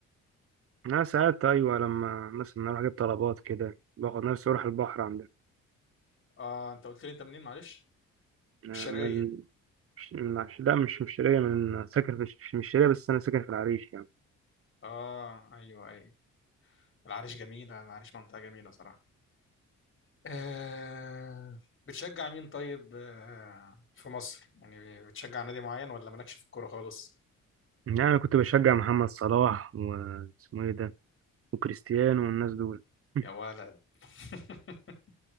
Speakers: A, on the right; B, on the left.
A: أنا ساعات أيوة لما مثلا أروح أجيب طلبات كده باخد نفسي أروح البحر عندنا
B: اه انت قلت لي انت منين معلش من
A: أنا
B: الشرقيه
A: من مش- من عش- لا مش مش شرقية من ساكن في الش- مش شرقية بس أنا ساكن في العريش يعني
B: اه ايوه ايوه العريش جميله العريش منطقه جميله صراحه آه بتشجع مين طيب آه في مصر يعني بتشجع نادي معين ولا مالكش في الكوره خالص
A: يعني أنا كنت بشجع محمد صلاح واسمه إيه ده وكريستيانو والناس دول <laughs>
B: يا ولد <laughs>